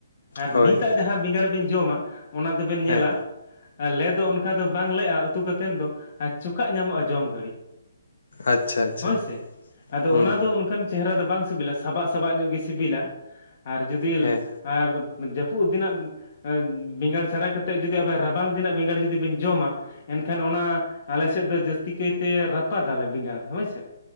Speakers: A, on the left (about 40°); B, on the left (about 75°).
A: ᱟᱨ
B: ᱦᱳᱭ
A: ᱱᱤᱛᱟᱜ ᱡᱟᱦᱟᱸ ᱵᱮᱸᱜᱟᱲ ᱵᱮᱱ ᱡᱚᱢᱟ᱾ ᱚᱱᱟ ᱫᱚᱵᱮᱱ ᱧᱮᱞᱟ
B: ᱦᱮᱸ
A: ᱞᱮ ᱫᱚ ᱚᱱᱠᱟ ᱫᱚ ᱵᱟᱝ ᱞᱮᱜᱼᱟ ᱩᱛᱩ ᱠᱟᱛᱮᱫ ᱫᱚ᱾ ᱟᱨ ᱪᱚᱠᱟᱜ ᱧᱟᱢᱚᱜᱼᱟ ᱡᱚᱢ ᱜᱷᱟᱹᱲᱤᱡ
B: ᱟᱪᱪᱷᱟ ᱟᱪᱪᱷᱟ
A: ᱦᱳᱭ ᱥᱮ ᱟᱫᱚ
B: ᱦᱩᱸ
A: ᱚᱱᱟ ᱫᱚ ᱚᱱᱠᱟᱱ ᱪᱮᱦᱨᱟ ᱫᱚ ᱵᱟᱝ ᱥᱤᱵᱤᱞᱟ ᱥᱟᱵᱟᱜ ᱥᱟᱵᱟᱜ ᱧᱚᱜ ᱜᱮ ᱥᱤᱵᱤᱞᱟ ᱟᱨ ᱡᱩᱫᱤ
B: ᱦᱮᱸ
A: ᱟᱨ ᱡᱟᱹᱯᱩᱫ ᱫᱤᱱᱟᱜ ᱵᱮᱸᱜᱟᱲ ᱪᱷᱟᱰᱟ ᱠᱟ ᱠᱟᱛᱮᱫ ᱡᱩᱫᱤ ᱟᱵᱮᱱ ᱨᱟᱵᱟᱝ ᱫᱤᱹᱱᱟᱜ ᱵᱮᱸᱜᱟᱲ ᱡᱩᱫᱤ ᱵᱮᱱ ᱡᱚᱢᱟ ᱮᱱᱠᱷᱟᱱ ᱚᱱᱟ ᱟᱞᱮ ᱥᱮᱫ ᱫᱚ ᱡᱟᱹᱥᱛᱤ ᱠᱟᱭᱛᱮ ᱨᱟᱯᱟᱫᱟᱞᱮ ᱵᱮᱸᱜᱟᱲ ᱦᱳᱭᱥᱮ